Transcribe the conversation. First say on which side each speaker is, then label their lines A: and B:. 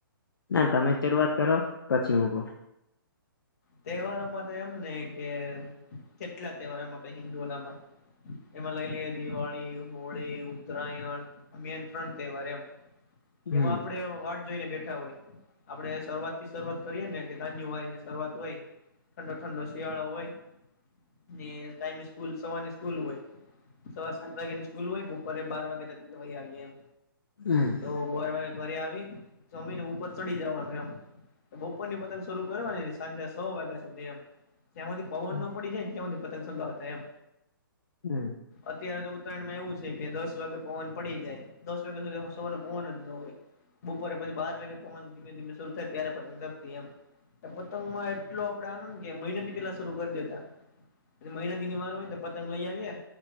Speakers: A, on the left (about 70°); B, on the left (about 45°).
A: ના તમે જ શરૂઆત કરો. પછી હું કઉ.
B: તહેવારોમાં તો એમ ને કે કેટલા તહેવારોમ આપડે હિન્દુલામાં એમાં લઈ લઈએ દિવાળી, હોળી, ઉત્તરાયણ આ મેન ત્રણ તહેવાર એમ.
A: હમ
B: એમાં આપડે વાત જોઈને બેઠા હોય. આપડે શરૂઆતથી શરૂઆત કરીએે ને કે, જાન્યુવારીની શરૂઆત હોય, ઠંડો ઠંડો શિયાળો હોય ને કાયમી સ્કૂલ સવારની સ્કૂલ હોય. સવાર સાત વાગ્યાન સ્કૂલ હોય, બપોરે બાર વાગે તો ઘરે વય આવીએ એમ.
A: હમ.
B: તો બાર વાગે ઘરે આવી, જમીને ઉપર ચડી જવાનું એમ. કે બપોરની પતંગ શરૂ કરવાની સાંજે સો વાગ્યા સુધી એમ. જ્યાં સુધી પવન
A: હમ
B: ન પડી જાયને ત્યાં હુધી પતંગ ચગાવતા એમ.
A: હમ.
B: અત્યારે તો ઉત્તરાયણમાં એવું છે કે દસ વાગે પવન પડી જાય. દસ વાગ્યા સુધી સવારે પવન જ ન હોય. બપોરે પછી બાર વાગે પવન ધીમે ધીમે શરૂ થાય ત્યારે પતગ ચગતી એમ. <inaudible> પતંગમાં એટલો આપડે આનંદ ને કે મહિનાથી પેલા શરૂ કરી દેતા. મહિના દિની વાર હોય ને પતંગ લઈ આવીએે